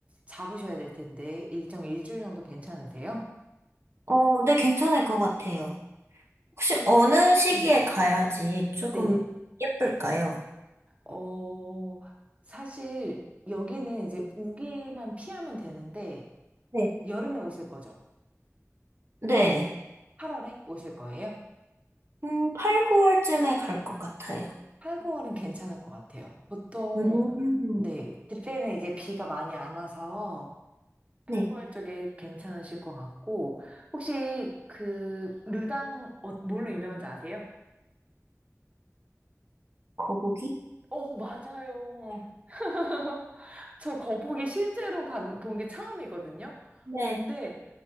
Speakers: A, on the right; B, on the right.
A: 잡으셔야 될 텐데, 일정 일주일 정도 괜찮으세요?
B: 어, 네, 괜찮을 것 같아요. 혹시
A: 그,
B: 어느 시기에
A: 음,
B: 가야지 조금
A: 네네.
B: 예쁠까요?
A: 어, 사실 여기는 이제 우기만 피하면 되는데,
B: 네.
A: 여름에 오실 거죠?
B: 네.
A: 8월에 오실 거예요?
B: 음, 8, 9월쯤에 갈 것 같아요.
A: 8, 9월은 괜찮을 것 같아요. 보통,
B: 음,
A: 네, 그때는 이제 비가 많이 안 와서 8,
B: 네.
A: 9월 쪽에 괜찮으실 것 같고, 혹시 그, 르당, 어, 뭘로 유명한지 아세요?
B: 거북이?
A: 어, 맞아요. <laughs> 저 거북이 실제로 본 게 처음이거든요.
B: 네.
A: 근데